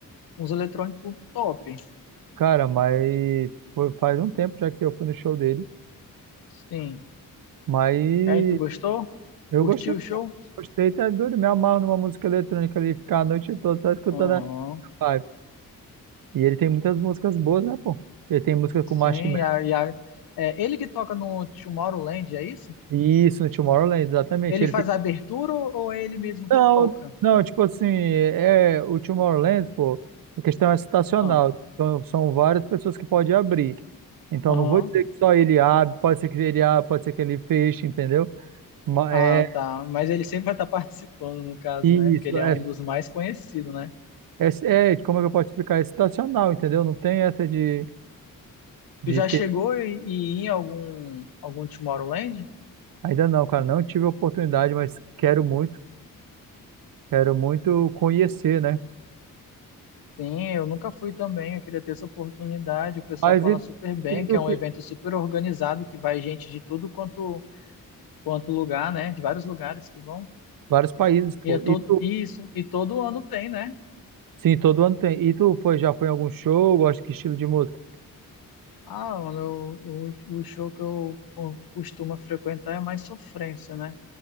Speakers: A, on the left; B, on the right.
A: uns eletrônicos top.
B: Cara, mas foi- faz um tempo já que eu fui no show dele,
A: Sim.
B: mas
A: E aí, tu gostou?
B: eu
A: Curtiu
B: gostei,
A: o show?
B: pô. gostei, tá doido, me amarro numa música eletrônica ali, ficar a noite toda só escutando
A: Aham.
B: a vibe. E ele tem muitas músicas boas, né, pô? Ele tem música com
A: Sim.
B: Marshmello,
A: E a, e a- é ele que toca no Tomorrowland, é isso?
B: isso, no Tomorrowland, exatamente,
A: Ele
B: ele
A: faz
B: tem...
A: a abertura ou, ou é ele mesmo
B: Não,
A: que toca?
B: não, tipo assim, é, o Tomorrowland, pô, a questão é estacional,
A: Ah,
B: então são várias pessoas que podem abrir, então
A: Aham.
B: não vou dizer que só ele abre, pode ser que ele abra, pode ser que ele feche, entendeu? Ma-
A: Ah,
B: É,
A: tá. Mas ele sempre vai estar <laughs> participando, no caso,
B: Isso,
A: né? Porque ele é
B: é,
A: um dos mais conhecidos, né?
B: é, é, como é que eu posso explicar? É situacional, entendeu? Não tem essa de, de
A: Tu já
B: ter.
A: chegou e, e ir em algum, algum Tomorrowland?
B: Ainda não, cara, não tive a oportunidade, mas quero muito, quero muito conhecer, né?
A: Sim, eu nunca fui também. Eu queria ter essa oportunidade. O pessoal
B: Mas
A: fala
B: e,
A: super bem,
B: e tu,
A: que é um
B: Cris?
A: evento super organizado, que vai gente de tudo quanto, quanto lugar, né? De vários lugares que vão.
B: vários países, pô.
A: E é todo
B: E tu,
A: isso. E todo ano tem, né?
B: sim, todo ano tem. E tu foi, já foi em algum show? Gosta que estilo de música?
A: Ah, mano, o, o o show que eu costumo frequentar é mais sofrência, né?